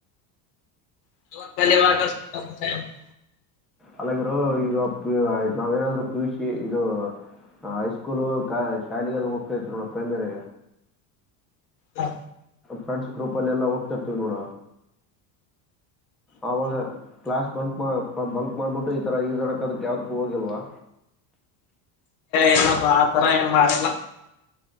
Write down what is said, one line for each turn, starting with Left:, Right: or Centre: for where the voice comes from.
Left: <inaudible>
Centre: ಅಲ್ಲರು ಈಗ ನಾವೇನಾದ್ರು ಪುಷಿ ಇದು ಹೈಸ್ಕೂಲು ಶಾಲೆಗೆ ಅದು ಹೋಗ್ತಾ ಇತ್ತು ನೋಡ ಪ್ರೈಮರಿ
Left: ಹಾ
Centre: ಫ್ರೆಂಡ್ ಗ್ರಪ್ಲ್ಲಿಲ್ಲ ಹೋಗ್ತಿರ್ತಿ ನೋಡ ಆಗ ಕ್ಲಾಸ್ ಬಂಕ್ ಬಂಕ್ ಮಾಡ್ಬಿಟ್ಟು ಈ ತರ ಈಜಾಡಕಕ್ ಅದಕ್ ಯಾವ್ದು ಹೋಗಿಲ್ವಾ
Left: ಇಲ್ಲಪ್ಪ ಆ ತರ ಏನ್ ಮಾಡಿಲ್ಲ